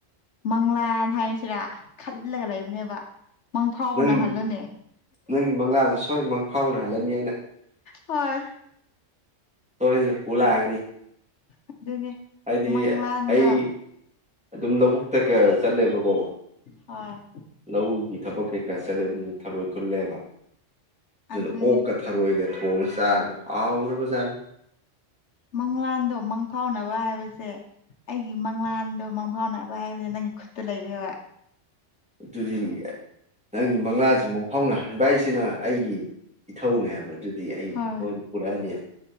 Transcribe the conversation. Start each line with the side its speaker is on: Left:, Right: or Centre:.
Left: ꯃꯪꯂꯥꯟ ꯍꯥꯏꯁꯤꯔꯥ ꯈꯜꯂꯒ ꯂꯩꯕꯅꯦꯕ ꯃꯪꯐꯥꯎꯅ
Centre: ꯅꯪ
Left: ꯍꯜꯂꯣꯅꯦ
Centre: ꯅꯪꯒꯤ ꯃꯪꯂꯥꯜꯗꯣ ꯁꯣꯏꯗꯅ ꯃꯪꯐꯥꯎꯅ ꯍꯜꯂꯅꯤ ꯑꯩꯅ
Left: ꯍꯣꯏ
Centre: ꯁꯣꯏꯗꯅ ꯄꯨ ꯂꯥꯛꯑꯒꯅꯤ
Left: ꯎꯝ ꯑꯗꯨꯅꯦ
Centre: ꯍꯥꯏꯗꯤ
Left: ꯃꯪꯂꯥꯟꯗꯣ
Centre: ꯑꯩ ꯑꯗꯨꯝ ꯂꯧꯕꯨꯛꯇꯒ ꯆꯠꯂꯦꯕꯀꯣ
Left: ꯍꯣꯏ
Centre: ꯂꯧꯒꯤ ꯊꯕꯛ ꯀꯩꯀꯥ ꯆꯠꯂꯦꯕ ꯑꯗꯨ ꯊꯔꯣꯏ ꯈꯨꯜꯂꯦꯕ ꯑꯗꯨꯅ
Left: ꯑꯗꯨꯅꯦ
Centre: ꯑꯣꯛꯀ ꯊꯔꯣꯏꯒ ꯊꯣꯡꯉ ꯆꯥꯕꯗꯣ ꯍꯥꯎꯈ꯭ꯔꯕꯖꯥꯠꯅꯤ
Left: ꯃꯪꯂꯥꯟꯗꯣ ꯃꯪꯐꯥꯎꯅꯕ ꯍꯥꯏꯕꯁꯦ ꯑꯩꯒꯤ ꯃꯪꯂꯥꯟꯗꯣ ꯃꯪꯐꯥꯎ ꯅꯕ ꯍꯥꯏꯕꯁꯦ ꯅꯪꯒꯤ ꯈꯨꯠꯇ ꯂꯩꯔꯦꯕ
Centre: ꯑꯗꯨꯗꯤ ꯅꯪꯒꯤ ꯃꯪꯂꯥꯥꯜꯁꯦ ꯃꯪꯐꯥꯎꯅ ꯍꯟ ꯍꯟꯕꯥꯏꯁꯤꯅ ꯑꯩꯒꯤ ꯏꯊꯧꯅꯦꯕ ꯑꯗꯨꯗꯤ ꯑꯩ
Left: ꯍꯣꯏ
Centre: ꯁꯣꯏꯗꯅ ꯄꯨꯔꯛꯑꯅꯤ